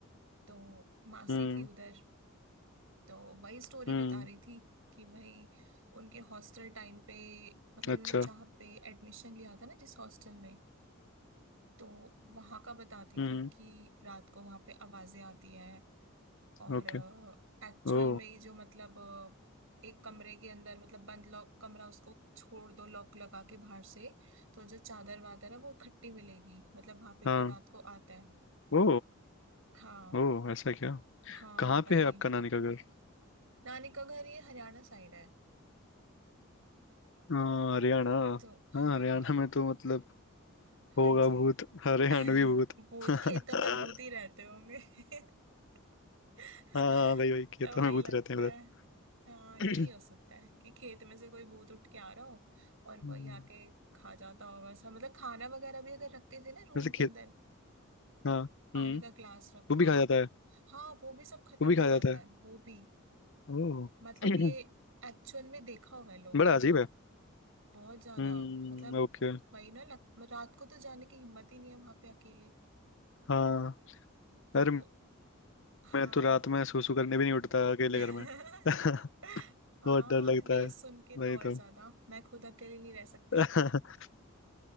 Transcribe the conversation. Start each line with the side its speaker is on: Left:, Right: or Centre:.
Right: तो मासी
Left: हम्म
Right: थी उधर तो वही स्टोरी
Left: हम्म
Right: बता रही थी कि भाई उनके हॉस्टल टाइम पे मतलब
Left: अच्छा
Right: उन्होंने जहाँ पे एडमिशन लिया था ना जिस हॉस्टल में तो वहां का बताती
Left: हम्म
Right: थी कि रात को वहां पे आवाजें आती हैं और
Left: ओके
Right: एक्चुअल
Left: ओ
Right: में ही जो मतलब अ, एक कमरे के अंदर मतलब बंद लॉक कमरा उसको छोड़ दो लॉक लगा के बाहर से तो जो चादर वादर है वो इकट्ठी मिलेगी मतलब वहां पे
Left: हाँ
Right: कोई रात को आता है
Left: ओ
Right: हाँ
Left: ओ ऐसा क्या
Right: हाँ
Left: कहाँ
Right: भाई
Left: पे है आपका नानी का घर
Right: नानी का घर ये हरियाणा साइड है
Left: अ, हरियाणा
Right: तो
Left: हाँ
Right: हाँ
Left: हरियाणा में तो मतलब होगा
Right: हाँ जी
Left: भूत हरियाणवी
Right: <laughs>
Left: भूत
Right: भूत
Left: <laughs>
Right: खेतों में भूत ही रहते होंगे <laughs> <laughs>
Left: हाँ भाई भाई खेतों
Right: तो वही
Left: में भूत
Right: लगता
Left: रहते हैं
Right: है
Left: उधर
Right: हाँ यही
Left: <clears throat>
Right: हो सकता है कि खेत में से कोई भूत उठ के आ रहा हो और
Left: हम्म।
Right: वही आके खा जाता होगा सब मतलब खाना वगैरह भी अगर रखते थे ना रूम
Left: वैसे
Right: के अंदर
Left: हाँ
Right: पानी
Left: हम्म
Right: का ग्लास रखा
Left: वो भी खा जाता है
Right: हाँ वो भी सब खत्म
Left: वो भी
Right: हो
Left: खा
Right: जाता
Left: जाता है
Right: है वो भी
Left: ओह
Right: मतलब
Left: <clears throat>
Right: ये एक्चुअल में देखा हुआ है लोगों
Left: बड़ा
Right: ने
Left: अजीब है
Right: बहुत ज्यादा
Left: हम्म
Right: मतलब
Left: ओके
Right: वही ना लग, रात को तो जाने की हिम्मत ही नहीं है वहां पे अकेले
Left: हाँ
Right: तो
Left: अरे
Right: हाँ
Left: मैं तो रात में सूसू करने भी नहीं उठता अकेले
Right: <laughs>
Left: घर में <laughs> बहुत
Right: हाँ
Left: डर लगता
Right: ये
Left: है
Right: सुन के तो
Left: वही
Right: और
Left: तो
Right: ज्यादा मैं खुद अकेली नहीं रह सकती
Left: <clears throat>